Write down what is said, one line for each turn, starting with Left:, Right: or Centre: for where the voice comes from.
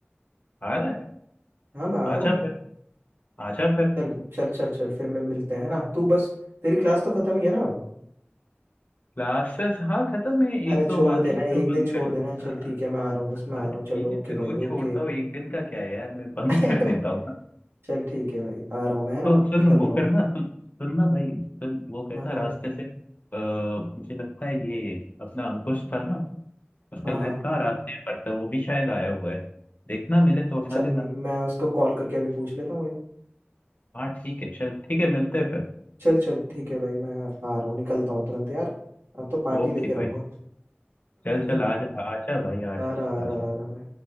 Left: आ रहा है
Right: हाँ मैं आ रहा
Left: आजा
Right: हूँ ना
Left: फिर आजा फिर
Right: चल चल चल चल फिर मैं मिलते हैं है ना तू बस तेरी क्लास तो खत्म ही है ना अब
Left: क्लासेस हाँ खत्म है
Right: अरे
Left: एक
Right: छोड़
Left: दो बाकी
Right: देना एक
Left: तो बंद
Right: दिन छोड़
Left: कर लो
Right: देना चल
Left: हाँ
Right: ठीक है मैं आ रहा हूँ बस मैं
Left: हाँ,
Right: आ रहा
Left: तो
Right: हूँ
Left: ठीक
Right: चल ओके
Left: है मैं
Right: भाई
Left: रोज छोड़ता
Right: ओके
Left: हूँ एक दिन का क्या है यार मैं बंद
Right: <laughs>
Left: कर देता हूँ ना
Right: चल ठीक है भाई आ रहा हूँ मैं है ना
Left: तो सुन
Right: निकल
Left: वो
Right: रहा
Left: करना
Right: हूँ
Left: सुन सुनना भाई सुन वो करना
Right: हाँ हाँ
Left: रास्ते से आ, मुझे लगता है ये अपना अंकुश था ना उसका
Right: हाँ
Left: घर
Right: हाँ
Left: कहाँ रास्ते पर था वो भी शायद आया हुआ है देखना मिले तो उठा
Right: चल
Left: लेना
Right: मैं उसको कॉल करके अभी पूछ लेता हूँ भाई
Left: हाँ ठीक है चल ठीक है मिलते हैं फिर
Right: चल चल ठीक है भाई मैं आ रहा हूँ निकलता हूँ तुरंत यार अब तो पार्टी
Left: ओके
Right: लेके रहूंगा
Left: भाई चल चल
Right: <laughs>
Left: आ जा आजा भाई आजा
Right: आ रहा आ
Left: आजा
Right: रहा आ रहा मैं